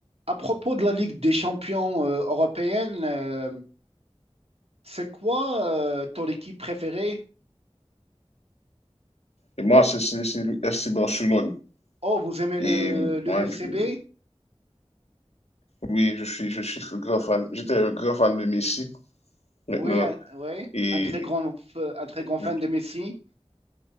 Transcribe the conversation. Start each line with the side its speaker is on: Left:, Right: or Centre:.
Right: À propos de la Ligue des champions euh, européenne, euh, c'est quoi euh, ton équipe préférée?
Left: Et moi, c'est c'est- c'est le FC Barcelone.
Right: Oh, vous aimez
Left: Et
Right: le,
Left: euh,
Right: le
Left: moi,
Right: FCB?
Left: je- oui, je suis, je suis un grand fan. J'étais un grand fan de Messi maintenant.
Right: Oui, un, oui,
Left: Et
Right: un très grand, f- un très grand fan
Left: je-
Right: de Messi.